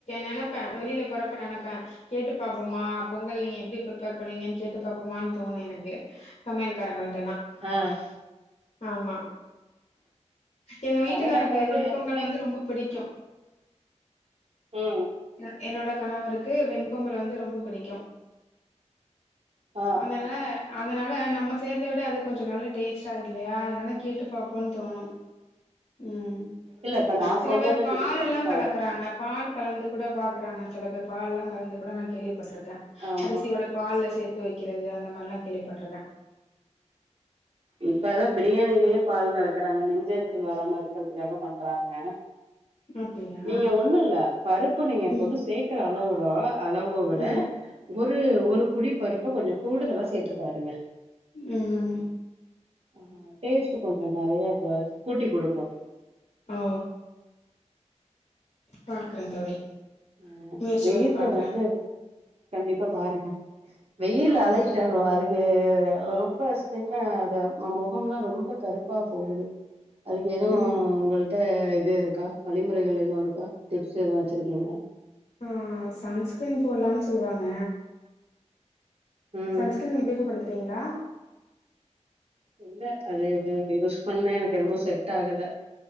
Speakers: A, on the left; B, on the right.
A: நெனைப்பே வெளியில போறப்ப நெனைப்பே கேட்டு பாப்போமா பொங்கல் நீங்க எப்டி திக் ஃபிரிப்பேர் பண்ணுவீங்கனு கேட்டு பாக் பாபமானு தோணிருக்கு சமையல்காரங்கள்
B: ஆஹ்
A: ஆமா எங்க வீட்டுக்காருக்கு
B: ஆனா நம்ம வந்து
A: வெண்பொங்கல்
B: எதுவுமே
A: வந்து ரொம்ப புடிக்கு
B: ம்
A: யென் என்னோட கணவருக்கு வெண்பொங்கல் வந்து ரொம்ப பிடிக்கு
B: ஆ
A: அதனால
B: ஆ
A: அதன நம்ம சேய்ரத விட அது கொஞ்சோ நல்ல டேஸ்டா இருகுல்லயா அதனால கேட்டுபாபோ தோணு
B: ம்
A: உம்
B: இல்ல இப்ப நா
A: சில
B: சொன்னத
A: பேர் பால்
B: நீங்க செஞ்சு
A: எல்லா கலக்குறாங்க
B: பாருங்க
A: பால் கலந்து கூட பாக்குறாங்க சில பேர் பால் எல்லா கலந்து கூட நா கேள்விப் பிருக்க
B: ஆமா
A: அரிசியோட பால்ல சேத்து வைக்கிறது அந்த மாரிலா கேள்விபட்ருக்கே
B: இப்பதா பிரியாணிலயே பால் கலக்கறாங்க நெஞ்யெரிச்சல் செல்வராம இருக்கறதுக்காக பண்றாங்க
A: அப்டியா
B: நீங்க ஒண்ணு இல்ல பருப்பு நீங்க எப்போது
A: ம்
B: சேக்குற அளவுவோட் ஆ அளவ விட
A: ம்
B: ஒரு ஒரு புடிப் ப்பருப்ப கொஞ்சோ கூடுதலா சேத்து பாருங்க
A: உம்
B: ஆ டேஸ்ட் கொஞ்சோ நெறையா கூட்டி குடுக்கு
A: ஓ பாக்கறே தோழி
B: அஹ்
A: முயற்சி
B: வெயில்ல
A: பண்ணி பாக்குறே
B: வந்து கண்டிப்பா பாருங்க வெயில் அழகிட்டாக்கணு
A: ம்
B: அதுக்கு ரொம்ப ஸ்கின் அத முகம்ல ரொம்ப கருப்பா போகுது அதுக்கு எதுவும்
A: ம்
B: உங்கள் க இது இருக்கா வழிமுறைகள் எதும் இருக்கா டிப்ஸ் எதும் வெச்சிருக்கிங்களா
A: ஆஹ் சன்ஸ்கிரீன் போடலானு சொல்லுவாங்க
B: ம்
A: சன்ஸ்கிரின் உபயோகப்படுத்துறீங்களா
B: இல்ல அது யூஸ் பண்ண எனக்கு என்னமோ செட் ட்டகல